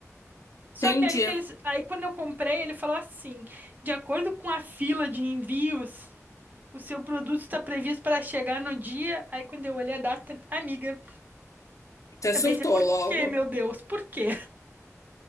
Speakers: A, on the right; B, on the left.
A: Só
B: Entendi.
A: que aí que eles, aí quando eu comprei, ele falou assim: de acordo com a fila de envios. O seu produto está previsto para chegar no dia. Aí quando eu olhei a data, amiga,
B: Você surtou
A: eu pensei, por
B: logo.
A: quê, meu Deus? Por quê?